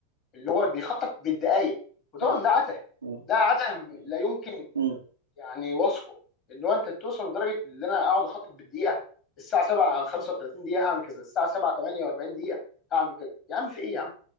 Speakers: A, on the left; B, on the right.
A: اللي هو بيخطط بالدقايق وطبعا
B: تمام
A: ده عته
B: مم.
A: ده عته
B: مم.
A: لا يمكن
B: مم.
A: يعني وصفه ان هو انت توصل لدرجه ان انا اقعد اخطط بالدقيقه الساعه 7 35 دقيقه هعمل كذا الساعه 7 48 دقيقه هعمل كذا يا عم في ايه يا عم